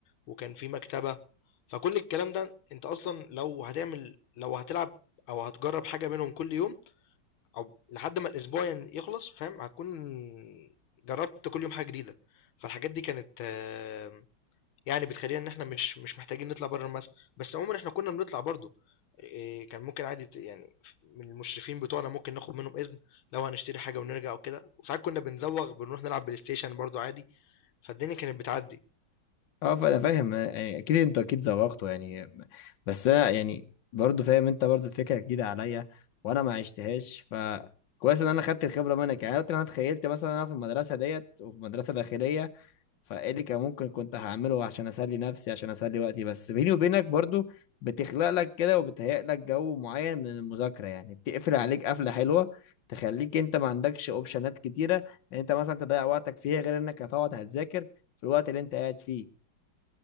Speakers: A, on the left; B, on the left.
A: وكان في مكتبة فكل الكلام ده انت اصلا لو هتعمل لو هتلعب او هتجرب حاجة منهم كل يوم او لحد ما الاسبوع ين- يخلص فاهم هتكون جربت كل يوم حاجة جديدة فالحاجات دي كانت آه، يعني بتخلينا ان احنا مش مش محتاجين نطلع بره المدرسة بس عموما احنا كنا بنطلع برضو إيه، كان ممكن عادي ت- يعني من المشرفين بتوعنا ممكن ناخد منهم اذن لو هنشتري حاجة ونرجع وكده وساعات كنا بنزوغ بنروح نلعب بلاي ستيشن برضو عادي فالدنيا كانت بتعدي
B: اه فانا فاهم آه، يعني اكيد انت اكيد زوغته يعني بس انا يعني برضه فاهم انت برضه الفكره جديده عليا وانا ما عشتهاش فكويس ان انا خدت الخبره منك يعني دلوقتي انا اتخيلت مثلا انا في المدرسه ديت وفي مدرسه داخليه فايه اللي كان ممكن كنت هعمله عشان اسلي نفسي عشان اسلي وقتي بس بيني وبينك برضه بتخلق لك كده وبتهيئ لك جو معين من المذاكره يعني بتقفل عليك قفله حلوه تخليك انت ما عندكش اوبشنات كتيره ان انت مثلا تضيع وقتك فيها غير انك هتقعد هتذاكر في الوقت اللي انت قاعد فيه